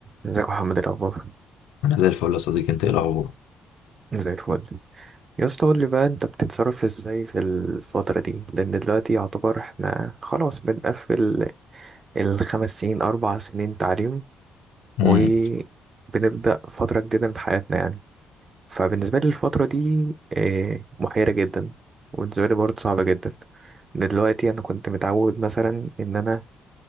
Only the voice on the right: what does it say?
ازيك يا محمد إيه الاخبار
زي الفل يا اسطى قول لي بقى انت بتتصرف ازاي في الفترة دي لان دلوقتي يعتبر احنا خلاص بنقفل الخمس سنين اربع سنين تعليم
وبنبدأ فترة جديدة من حياتنا يعني فبالنسبة لي الفترة دي آه، محيرة جدا وبالنسبة لي برضه صعبة جدا إن دلوقتي انا كنت متعود مثلا ان انا